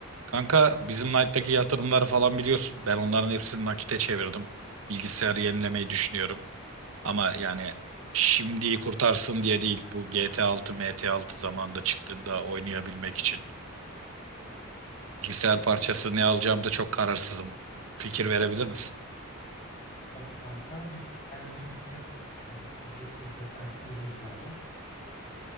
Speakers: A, on the right; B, on the left.
A: Kanka bizim Knight'taki yatırımları falan biliyorsun. Ben onların hepsini nakite çevirdim. Bilgisayarı yenilemeyi düşünüyorum. Ama yani şimdiyi kurtarsın diye değil. Bu GT 6, MT 6 zamanında çıktığında oynayabilmek için. Bilgisayar parçası ne alacağım da çok kararsızım. Fikir verebilir misin?
B: Tabii kanka bir herhangi bir fiyat yani ücretimiz vesaire sınırımız var mı?